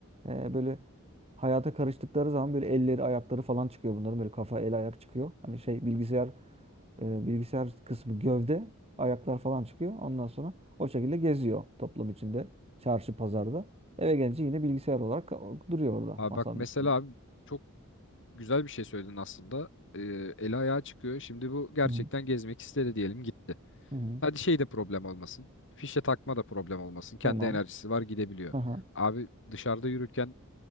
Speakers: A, on the right; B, on the left.
A: e, böyle hayata karıştıkları zaman böyle elleri, ayakları falan çıkıyor bunların. Böyle kafa, el, ayak çıkıyor. Hani şey bilgisayar e, bilgisayar kısmı gövde, ayaklar falan çıkıyor. Ondan sonra o şekilde geziyor toplum içinde, çarşı, pazarda. Eve gelince yine bilgisayar olarak ka- duruyor orada
B: Abi
A: masanın
B: bak mesela
A: üstünde.
B: abi çok güzel bir şey söyledin aslında. Ee, eli ayağa çıkıyor. Şimdi bu gerçekten
A: Hı hı.
B: gezmek istedi diyelim gitti.
A: Hı hı.
B: Hadi şey de problem olmasın. Fişe takma da problem olmasın. Kendi
A: Tamam.
B: enerjisi var gidebiliyor.
A: Aha.
B: Abi dışarıda yürürken